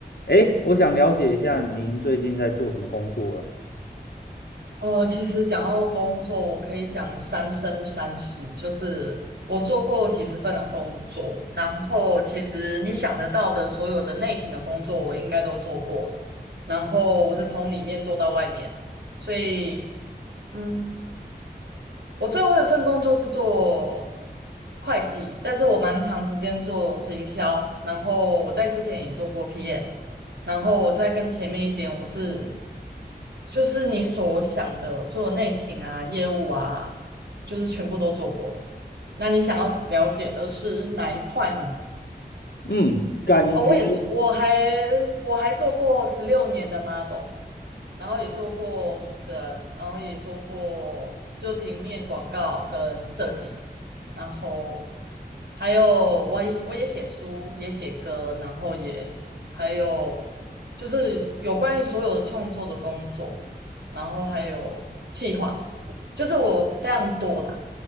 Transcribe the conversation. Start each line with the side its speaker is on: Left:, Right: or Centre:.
Left: 哎，我想了解一下您最近在做什么工作啊？
Right: 哦，其实讲到工作，我可以讲三生三世，就是我做过几十份的工作，然后其实你想得到的所有的内勤的工作，我应该都做过了。然后我是从里面做到外面，所以嗯，我最后一份工作是做会计，但是我蛮长时间做行销，然后我在之前也做过 PM，然后我再更前面一点，我是就是你所想的所有内勤啊、业务啊，就是全部都做过了。那你想要了解的是哪一块呢？
Left: 嗯，感觉
Right: 哦，我也做，我还我还做过十六年的 model，然后也做过主持人，然后也做过就平面广告跟设计，然后还有我也我也写书，也写歌，然后也还有就是有关于所有的创作的工作，然后还有计划，就是我非常多啦。